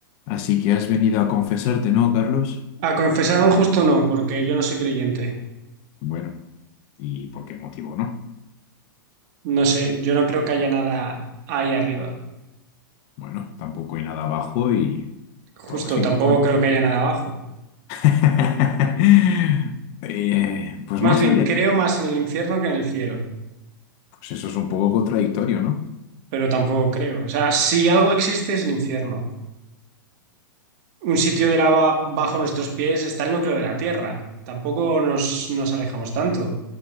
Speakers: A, on the left (about 45°); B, on the right (about 50°).
A: Así que has venido a confesarte, ¿no, Carlos?
B: A confesar un justo no, porque yo no soy creyente.
A: Bueno, ¿y por qué motivo no?
B: No sé, yo no creo que haya nada ahí arriba.
A: Bueno, tampoco hay nada abajo y
B: Justo,
A: todo así.
B: tampoco creo que haya nada abajo.
A: <laughs> Eh, pues
B: Más
A: no sabría.
B: bien, creo más en el infierno que en el cielo,
A: Pues eso es un poco contradictorio, ¿no?
B: pero tampoco creo. O sea, si algo existe es el infierno. Un sitio de lava bajo nuestros pies está el núcleo de la Tierra. Tampoco nos, nos alejamos tanto.